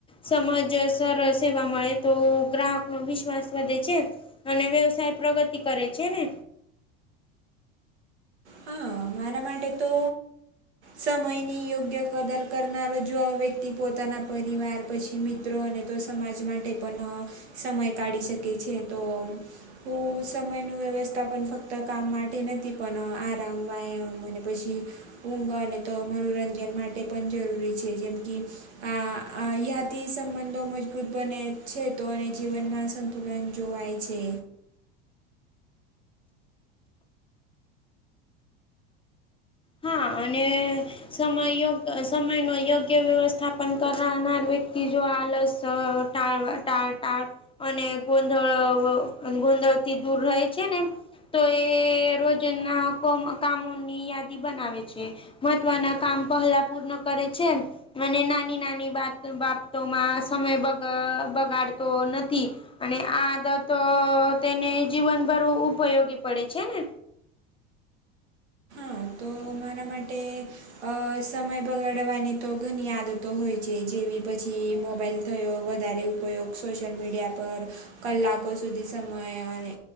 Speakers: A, on the left; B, on the right.
A: સમજ સર સેવા મળે તો ગ્રાહક નો વિશ્વાસ વધે છે અને વ્યવસાય પ્રગતિ કરે છે ને
B: હા મારા માટે તો સમયની યોગ્ય કદર કરનારો જ વ્યક્તિ પોતાના પરિવાર પછી મિ મિત્રો અને તો સમાજ માટે પણ સમય કાઢી શકે છે તો હ સમયનું વ્યવસ્થાપન ફક્ત કામ માટે નથી પણ આરામ વાય અને પછી ઊંગ અને તો મનોરંજન માટે પણ જરૂરી છે જેમ કે
A: <inaudible>
B: આ યાથી સંબંધો મજબૂત બને છે તો અને જીવનમાં સંતુલન જોવાય છે
A: હા અને સમયયોગ સમય નો યોગ્ય વ્યવસ્થાપન કરનાર વ્યક્તિ જો આલસ ટાળવા ટા ટાળ અને ગોંધળ ગોંધળથી દૂર રહે છે ને તો એ રોજ ના કોમ કામોની યાદી બનાવે છે મહત્વના કામ પહેલા પૂર્ણ કરે છે. અને નાની નાની બાબતોમાં સમય બગાડતો નથી અને આ આદત તેને જીવનભર ઉપયોગી પડે છે ને
B: હા તો મારા માટે અ સમય બગાડવાની તો ઘણી આદતો હોય છે જેવી પછી મોબાઈલ થયો વધારે ઉપયોગ સોશિયલ મીડિયા પર કલાકો સુધી સમય અને